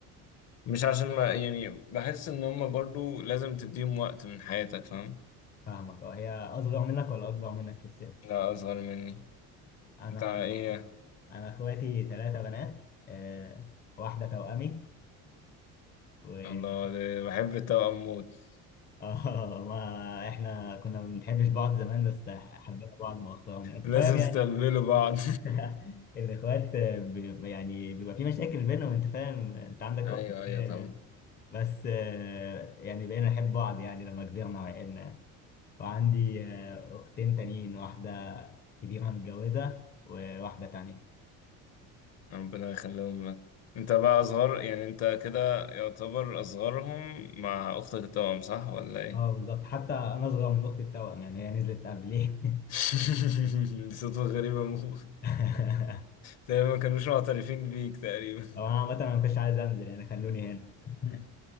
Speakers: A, on the left; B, on the left.
A: مش عشان ما يعني بحس ان هما برضو لازم تديهم وقت من حياتك فاهم
B: فاهمك اه هي اصغر منك ولا اكبر منك في السن
A: لا اصغر مني
B: انا
A: انت ايه
B: انا اخواتي ثلاثة بنات آه، واحدة توأمي و <laughs>
A: الله ده بحب التوأم موت <laughs>
B: اه ما احنا كنا ما بنحبش بعض زمان بس حبينا بعض مؤخرا يعني انت
A: لازم
B: فاهم يعني
A: تستقبلوا بعض
B: <laughs> الاخوات آه، بي... يعني بيبقى في مشاكل بينهم انت فاهم انت
A: <laughs>
B: عندك اخت
A: ايوه ايوه
B: فاهم
A: طبعا
B: يعني بس آه، يعني بقينا نحب بعض يعني لما كبرنا وعقلنا وعندي آه، اختين تانيين واحدة كبيرة متجوزة وواحدة تانية
A: ربنا يخليهم لك انت بقى اصغر يعني انت كده يعتبر اصغرهم مع اختك التوأم صح ولا ايه
B: اه بالظبط حتى انا اصغر من اختي التوأم يعني هي نزلت قبلي <laughs>
A: <laughs> دي صدفة غريبة موت
B: <laughs>
A: تقريبا ما كانوش معترفين بيك تقريبا
B: هو انا عامة انا ما كنتش عايز انزل يعني خلوني هنا <laughs>